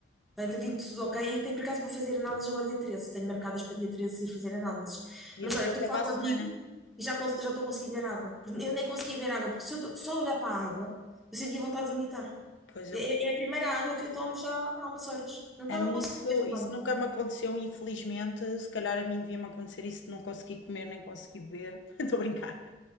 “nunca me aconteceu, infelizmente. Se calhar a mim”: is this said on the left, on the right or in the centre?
Left